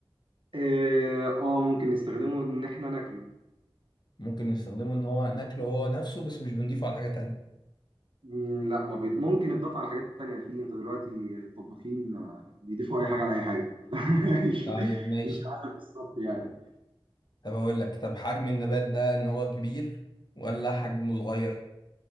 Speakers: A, on the right (about 65°); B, on the left (about 50°).
A: آه, آه ممكن نستخدمه إن إحنا ناكله
B: ممكن نستخدمه إن هو ناكله هو نفسه بس مش بنضيفه على حاجة تانية
A: مم، لا ما بيض... ممكن يتضاف على حاجات تانية في أنت دلوقتي الطباخين آه، بيضيفوا أي حاجة على أي حاجة <laughs> مش
B: طيب ماشي
A: مش عارف بالظبط يعني
B: طب أقول لك طب حجم النبات ده إن هو كبير ولا حجمه صغير